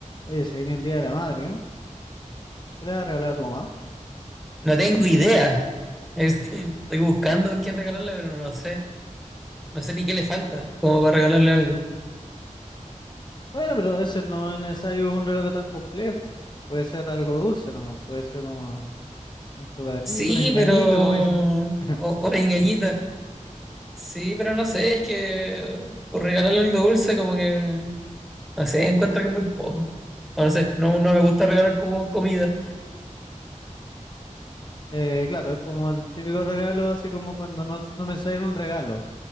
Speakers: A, on the left; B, in the centre.
A: Oye, se viene el Día de la Madre, ¿eh? ¿Qué le vas a regalar a tu mamá?
B: No tengo idea. Este, <laughs> Estoy buscando qué regalarle, pero no sé. No sé ni qué le falta, como para regalarle algo.
A: Bueno, pero a veces no es necesario un regalo tan complejo. Puede ser algo dulce nomás, puede ser un, un chocolatito,
B: Sí,
A: un engañito,
B: pero... O,
A: como dicen. <laughs>
B: o una engañita. Sí, pero no sé, es que por regalarle algo dulce como que... No sé, encuentro que es muy poco. O no sé, no, no me gusta regalar como comida.
A: Eh, claro, es como el típico regalo, así como cuando no, no pensáis en un regalo,